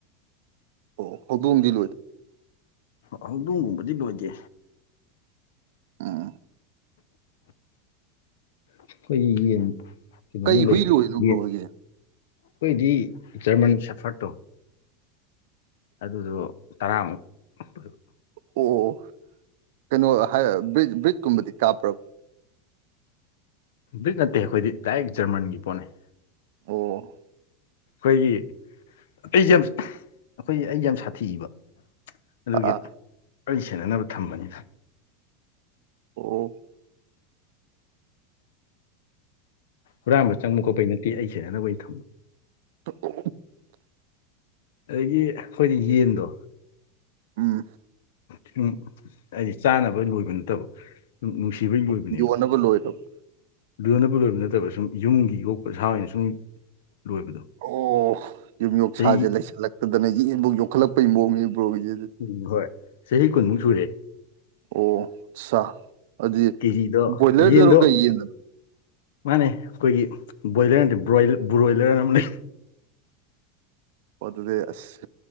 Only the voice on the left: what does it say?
ꯑꯣ ꯍꯧꯗꯣꯡꯒꯨꯝꯕꯗꯤ ꯂꯣꯏꯗꯦ
ꯑꯩꯈꯣꯏꯒꯤ ꯌꯦꯟ ꯀꯩꯅꯣꯃꯨꯛ
ꯂꯩꯌꯦ
ꯌꯦꯟ
ꯑꯩꯈꯣꯏꯗꯤ ꯖꯔꯃꯟ ꯁꯐꯔꯠ ꯇꫭ ꯑꯗꯨꯗꯣ ꯇꯔꯥꯃꯨꯛ ꯑꯣꯏꯕ
ꯕ꯭ꯔꯤꯛ ꯅꯠꯇꯦ ꯑꯩꯈꯣꯏ ꯗꯥꯏꯔꯦꯛ ꯖꯔꯃꯟꯒꯤ ꯄꯣꯠꯅꯦ
ꯑꯩꯈꯣꯏꯒꯤ ꯑꯩꯁꯦ ꯌꯥꯝ ꯑꯩꯈꯣꯏꯒꯤ ꯑꯩꯁꯦ ꯌꯥꯝ ꯁꯥꯊꯤꯕ ꯑꯗꯨꯒꯤ
ꯑꯩ ꯁꯦꯟꯅꯅꯕ ꯊꯝꯕꯅꯤꯅ
ꯍꯨꯔꯥꯟꯕ ꯆꯪꯕ ꯈꯣꯠꯄꯩ ꯅꯠꯇꯦ ꯑꯩ ꯁꯦꯠꯅꯅꯕꯩ ꯊꯝꯕ
ꯑꯗꯒꯤ ꯑꯩꯈꯣꯏꯗꯤ ꯌꯦꯟꯗꯣ
ꯁꯨꯝ ꯍꯥꯏꯗꯤ ꯆꯥꯅꯕ ꯂꯣꯏꯕ ꯅꯠꯇꯕ ꯁꯨꯝ ꯅꯨꯡꯁꯤ ꯁꯤꯕꯩ ꯂꯣꯏꯕꯅꯦꯕ
ꯂꯣꯏꯅꯕꯨ ꯂꯣꯏꯕ ꯅꯠꯇꯕ ꯁꯨꯝ ꯌꯨꯝꯒꯤ ꯌꯣꯛꯄ ꯁꯥ ꯑꯣꯏꯅ ꯁꯨꯝ ꯂꯣꯏꯕꯗꯣ
ꯆꯍꯤ
ꯎꯝ ꯍꯣꯏ ꯆꯍꯤ ꯀꯨꯟꯃꯨꯛ ꯁꯨꯔꯦ
ꯀꯦꯖꯤꯗꯣ
ꯌꯦꯟꯗꯣ
ꯃꯥꯅꯦ ꯑꯩꯈꯣꯏꯒꯤ ꯕ꯭ꯔꯣꯏꯂꯔ ꯅꯠꯇꯦ ꯕ꯭ꯔꯣꯏꯂꯔ ꯑꯃ ꯂꯩ